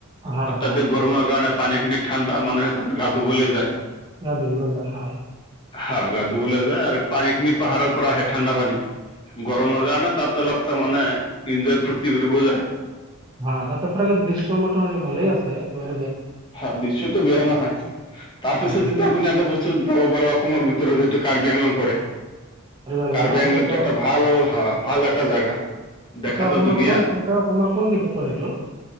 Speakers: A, on the right; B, on the left.
A: হয়
B: অত্যাধিক
A: হয়
B: গৰমৰ কাৰণে পানী খিনি ঠাণ্ডা মানুহে তাত গা ধুবলে যায়।
A: <unintelligible> হয়
B: হা গা ধুবলৈ যায় আৰু পানী খিনি পাহাৰৰ পৰা আহে ঠাণ্ডা পানী। গৰমৰ কাৰণে তাত অলপ তাৰ মানে এঞ্জয় ফূৰ্তি কৰিবও যায়।
A: হয়, তাতে প্ৰাকৃতিক দৃশ্য মোটামুটি ভালে আছে একে
B: হয়, দৃশ্যটো বেয়া নহয়। তাৰ পিছত
A: ভালে
B: যদি
A: আছে
B: আপুনি এটা বস্তু যাব পাৰে, অসমৰ ভিতৰত এইটো কাৰ্বি আংলং পৰে।
A: আংলং
B: কাৰ্বি
A: না এইটোতো
B: আংলংটো এটা ভাল হয়, ভাল এটা জাগা। দেখাতো
A: এটো অসমৰ
B: ধুনীয়া
A: কোন এইটো অসমৰ কোন দিশে পৰে এইটো?